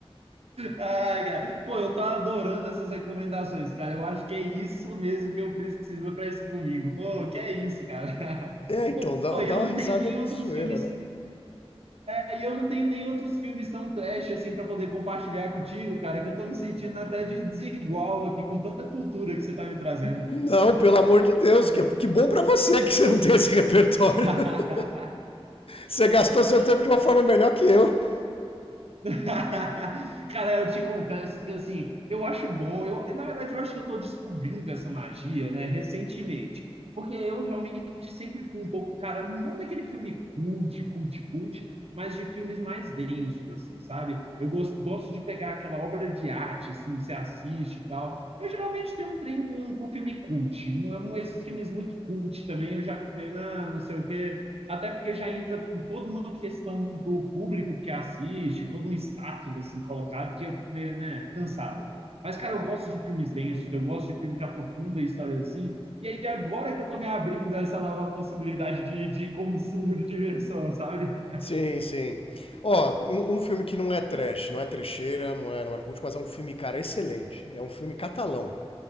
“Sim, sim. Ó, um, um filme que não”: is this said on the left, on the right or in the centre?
Left